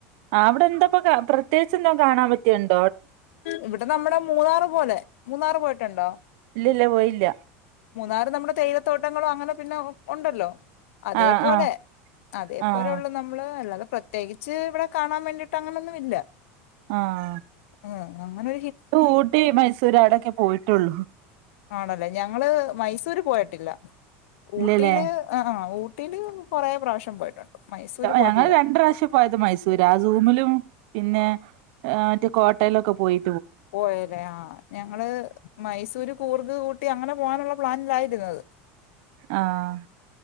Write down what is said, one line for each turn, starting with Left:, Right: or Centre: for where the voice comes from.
Right: ആ അവിടെ എന്താപ്പ പ്രത്യേകി എന്തും കാണാൻ പറ്റിയുണ്ട്
Left: ഇവിടെ നമ്മടെ മൂന്നാറ് പോലെ മൂന്നാറ് പോയിട്ടുണ്ടോ
Right: ഇല്ല ഇല്ല പോയില്ല
Left: മൂന്നാറ് നമ്മുടെ തേയിലത്തോട്ടങ്ങളോ അങ്ങനെ പിന്നെ ഉണ്ടല്ലോ അതേപോലെ
Right: ആഹ് ആഹ്
Left: അതേപോലെ
Right: ആഹ്
Left: ഉള്ളൂ നമ്മള് അല്ലാതെ പ്രത്യേകിച്ച് ഇവിടെ കാണാൻ വേണ്ടിട്ട് അങ്ങനൊന്നും ഇല്ല
Right: ആഹ
Left: ആഹ് അങ്ങനെ
Right: അ ഊട്ടി മൈസൂർ അടെൊക്കെ പോയിട്ടുള്ളു
Left: ആണല്ലേ ഞങ്ങള് മൈസൂര് പോയിട്ടില്ല ഊട്ടിയില്
Right: ഇല്ലല്ലേ
Left: ആ കുട്ടൽ കുറേ പ്രാവശ്യം പോയിട്ടുണ്ട് മൈസൂര് പോയിട്ടില്ല
Right: ഞങ്ങള്ൾ രണ്ട പ്രാവശ്യ പോയത് മൈസൂര് ആ ൂമിലും പിന്നെ മറ്റ കോട്ട യിലൊക്കെ പോയി
Left: പോയല്ലെ ആ് ഞങ്ങള് മൈസൂര് കൂർഗ കൂട്ടി അങ്ങനെ പോകാനുള്ള പ്ലാനിലായിരുന്നത്
Right: ആഹ